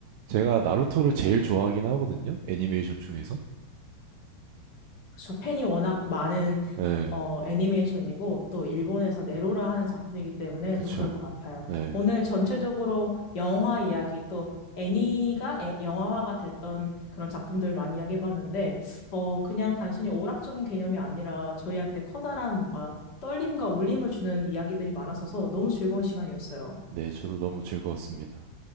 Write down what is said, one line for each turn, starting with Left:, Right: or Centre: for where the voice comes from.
Right: 제가 나루토를 제일 좋아하긴 하거든요. 애니메이션 중에선.
Left: 저 팬이 워낙 많은
Right: 네.
Left: 어, 애니메이션이고 또 일본에서 네로라 하는 작품이기 때문에
Right: 그쵸.
Left: 또 그럴 것 같아요.
Right: 네.
Left: 오늘 전체적으로 영화 이야기 또 애니가 애- 영화화가 됐던 그런 작품들 많이 이야기해봤는데 어, 그냥 단순히 오락적인 개념이 아니라 저희한테 커다란 뭔가 떨림과 울림을 주는 이야기들이 많았어서 너무 즐거운 시간이었어요.
Right: 네, 저도 너무 즐거웠습니다.